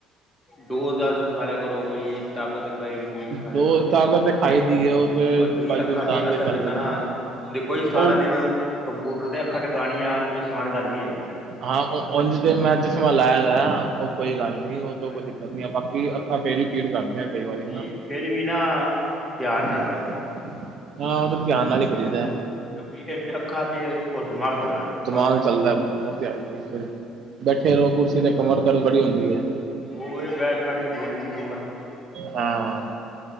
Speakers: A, in the centre; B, on the right.
A: ਡੋਜ਼ ਦਾ ਖਾਲਿਆ ਕਰੋ, ਕੋਈ ਤਾਕਤ। ਸਹੀ ਚੀਜ਼ ਖਾ ਲਿਆ
B: ਦੋ
A: ਕਰੋ ਜਿਹਦੇ
B: ਤਾਕਤ
A: ਨਾਲ ਤੁਹਾਡੇ
B: ਤੇ ਖਾਈ
A: ਤੁਹਾਡੀ
B: ਦੀ ਏ ਉਹ ਤੇ ਕਾਜੂ
A: ਅੱਖਾਂ
B: ਬਦਾਮ
A: ਤੇ ਅਸਰ
B: ਚੱਲਦੇ
A: ਪੈਂਦਾ
B: ਰਹਿੰਦੇ
A: ਨਾ
B: ਨੇ
A: ਹੁਣ ਦੇਖੋ ਜੀ ਸਾਰਾ
B: ਉਹ
A: ਦਿਨ ਕੰਪਿਊਟਰ ਤੇ ਅੱਖਾਂ ਟਿਕਉਣੀਆਂ ਕੋਈ ਅਸਾਨ ਗੱਲ ਨੀ ਹੈਗੀ।
B: ਹਾਂ ਉਝ ਤੇ ਮੈਂ ਚਸ਼ਮਾ ਲਾਇਆ‌ ਤਾਂ ਹੈ, ਉਹ ਕੋਈ
A: ਅੱਛਾ
B: ਗੱਲ ਨੀ ਉਹ
A: ਅੱਛਾ
B: ਤੋਂ ਕੋਈ
A: ਅੱਛਾ
B: ਦਿੱਕਤ ਨੀ ਐ ਬਾਕ ਕੀ ਅੱਖਾਂ ਫੇਰ ਹੀ ਪੀੜ ਕਰਦੀਆਂ। ਕਈ ਵਾਰੀ
A: ਨਹੀਂ
B: ਨਾ
A: ਫੇਰ ਵੀ ਨਾ ਧਿਆਨ
B: ਹੂੰ
A: ਨਾਲ ਕਰਿਆ ਕਰੋ ਕੰਮ।
B: ਹਾਂ ਉਹ ਤਾਂ ਧਿਆਨ ਨਾਲ ਹੀ ਕਰੀਦਾ।
A: ਕਿਉਂਕਿ ਇਹ ਚ ਅੱਖਾਂ ਤੇ ਉਹ ਦਿਮਾਗ ਚੱਲਣਾ।
B: ਦਿਮਾਗ
A: ਬਸ
B: ਚੱਲਦਾ ਉਹ ਤੇ ਹੈ ਫੇਰ ਬੈਠੇ ਰਹੋ ਕੁਰਸੀ ਤੇ ਕਮਰ ਦਰਦ ਬੜੀ ਹੁੰਦੀ ਐ।
A: ਉਹਵੇ ਬੈਠ-ਬੈਠ ਕੇ ਬੋਲ ਜਾਂਦੀ ਐ ਕਮਰ।
B: ਹਾਂ